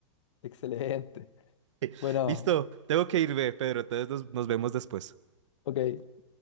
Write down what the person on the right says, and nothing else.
<laughs>
Listo, tengo que irme, Pedro, entonces nos, nos vemos después.